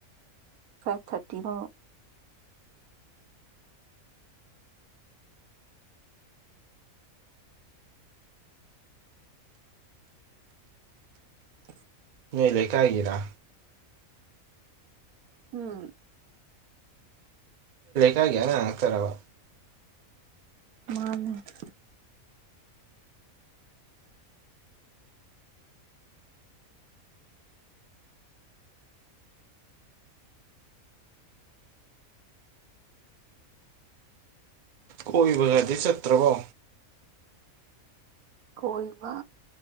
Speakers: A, on the right (about 85°); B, on the right (about 60°).
A: ꯐꯥꯏꯚ ꯊꯔꯇꯤ ꯐ <inaudible>
B: ꯅꯣꯏ ꯂꯩꯀꯥꯏꯒꯤꯔꯥ
A: ꯎꯝ <unintelligible> <inaudible>
B: ꯕꯦꯒꯤꯅ ꯍꯥꯥꯛ ꯇꯔꯂ
A: ꯃꯥ <unintelligible> <inaudible>
B: ꯀꯣꯏꯕꯗꯤ ꯆꯠꯇ꯭ꯔꯚꯣ
A: ꯀꯣꯏꯕ